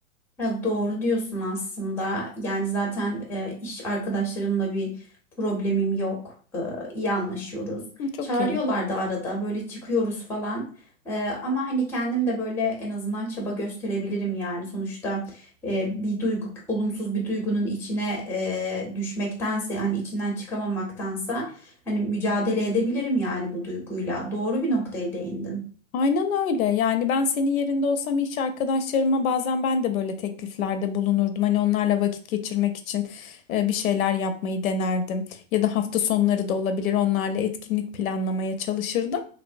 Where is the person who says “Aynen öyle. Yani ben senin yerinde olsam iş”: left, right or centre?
Left